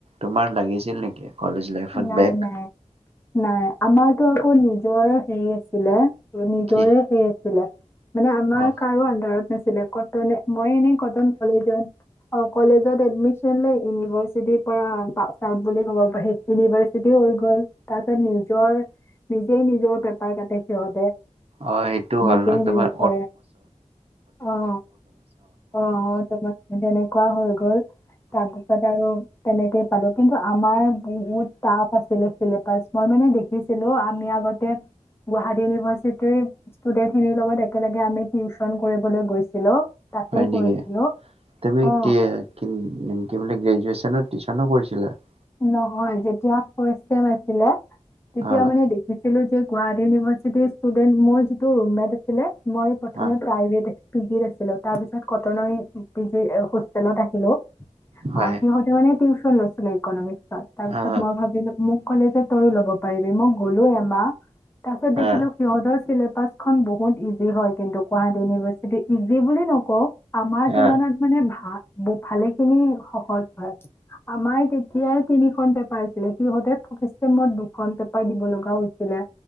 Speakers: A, on the right (about 50°); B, on the left (about 20°).
A: তোমাৰ লাগিছিল নেকি? কলেজ লাইফত
B: নাই-নাই-নাই,
A: বেগ?
B: আমাৰতো আকৌ নিজ মই হেৰি আছিলে। নিদৰে
A: কি
B: ফে আ। চ মানে আমাৰ
A: অ
B: কাৰো আন্ধাৰত। নছিলে, ক মই এনে কটন কলেজত অ' কলেজত এডমিন ল ইউনিভাৰ্চিটিৰ পৰা বুলি ক'ব পাৰি। ইউনিভাৰ্চিটি হৈ গ'ল। তাৰ পিছত নিজৰ নিজেই নিজৰ পেপাৰ কাটে সিহঁতে,
A: অ এইটো হ'ল
B: নিজেই
A: ন তোমাৰ।
B: হেৰি কৰে অ অ তাৰপা তেনেকুৱা হৈ গ'ল। তাৰপিছত আৰু তেনেকেই পালো, কিন্তু আমাৰ বহুত টাফ আছিলে মই মানে দেখিছিলো আমি আগতে গুৱাহাটী ইউনিভাৰ্চিটিৰ ষ্টুডেন্ট খিনিৰ লগত একেলগে আমি টিউচন কৰিবলৈ গৈছিলো তাতে
A: হয় নেকি,
B: কৰিছিলো
A: তুমি
B: অ
A: কি কি বুলি গ্ৰেজুৱেচনত টিউশনো কৰিছিলা নেকি?
B: নহয় যেতিয়া ফাৰ্ষ্ট চেম আছিলে তেতিয়া
A: অ
B: মানে দেখিছিলো গুৱাহাটী ইউনিভাৰ্চিটিৰ ষ্টুডেণ্ট, মোৰ যিটো ৰুমমেট আছিলে মই প্ৰথমে
A: অ
B: প্ৰাইভেট পি জিত আছিলো তাৰ পিছত কতনৰ সেই পি জি সেই হোষ্টেলত আহিলো,
A: হয়
B: অহ সিহঁতে মানে কি নাছিলে ইকনমিক তাৰ পিছত
A: অ
B: মই ভাবিলো মোক ক'লে যে তয়ো ল'ব পাৰিবি, মই গ'লো এমাহ তাৰ পছত দেখিলো,
A: অ
B: সিহতৰ ছিলেবাছখন বহুত ইজি হয় কিন্তু গুৱাহাটী ইউনিভাৰ্চিটি, ইজি বুলি নকওঁ আমাৰ তুলনাত
A: অ
B: মানে ভাল বো ভালেই খিনি সহজ হয়। আমাৰ কি সেয়াই তিনিখন পেপাৰ আছিলে সিহঁতে চেমত দুখন পেপাৰ দিব লগা হৈছিলে।